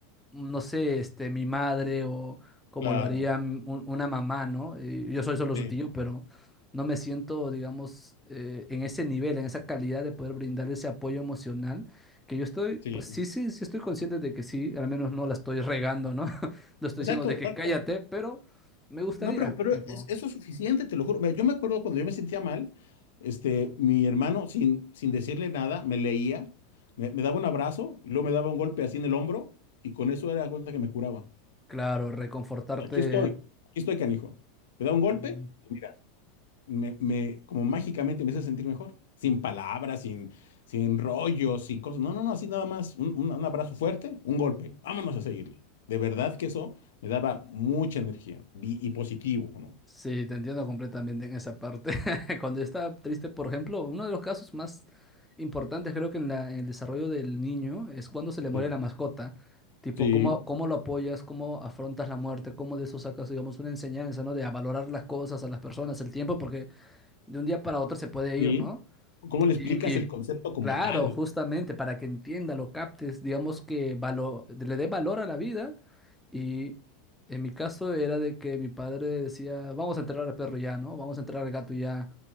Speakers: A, in the centre; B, on the left (about 85°).
A: no sé, este, mi madre o como
B: claro,
A: lo haría m- un- una mamá, ¿no? Eh, yo soy solo
B: sí,
A: su tío, pero no me siento, digamos, eh, en ese nivel, en esa calidad de poder brindar ese apoyo emocional, que yo estoy,
B: sí.
A: pues sí, sí, sí estoy consciente de que sí, al menos no la estoy regando, ¿no? <laughs> No estoy
B: Exacto,
A: diciendo de
B: exacto.
A: que cállate, pero me gustaría,
B: No, pero, pero
A: tipo,
B: es- eso es suficiente, te lo juro. Mira, Yo me acuerdo cuando yo me sentía mal, este, mi hermano, sin, sin decirle nada, me leía, me, me daba un abrazo, y luego me daba un golpe así en el hombro, y con eso era la cuenta que me curaba.
A: claro, reconfortarte.
B: Aquí estoy, aquí estoy, canijo. Me da un golpe,
A: mm,
B: y mira, me, me- como mágicamente me hace sentir mejor. Sin palabras, sin, sin rollos, sin cosas. No, no, no, así nada más. Un, un- un abrazo fuerte, un golpe. Vámonos a seguirle. De verdad que eso me daba mucha energía vi- y positivo, ¿no?
A: Sí, te entiendo completamente en esa parte. <laughs> Cuando yo estaba triste, por ejemplo, uno de los casos más importantes creo que en la- en el desarrollo del niño es cuando se le muere
B: Sí.
A: la mascota. Tipo,
B: Sí,
A: cómo, cómo lo apoyas, cómo afrontas la muerte, cómo de eso sacas, digamos, una enseñanza, ¿no? De a valorar las cosas, a las personas, el tiempo, porque de un día para otro se puede
B: sí.
A: ir, ¿no?
B: ¿Cómo le
A: Y
B: explicas
A: mi,
B: el concepto como
A: claro,
B: tal?
A: justamente para que entienda, lo captes, digamos que valo- le dé valor a la vida. Y en mi caso era de que mi padre decía, vamos a enterrar al perro ya, ¿no? Vamos a enterrar al gato ya.